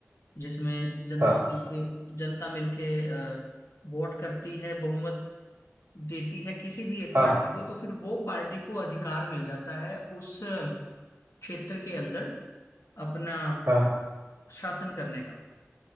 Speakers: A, on the left; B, on the right.
A: जिसमें जनता
B: हाँ
A: मिलके जनता मिलके अ, वोट करती है बहुमत देती है किसी भी एक
B: हाँ
A: पार्टी को तो फिर वो पार्टी को अधिकार मिल जाता है उस क्षेत्र के अंदर अपना
B: हाँ हाँ।
A: शासन करने का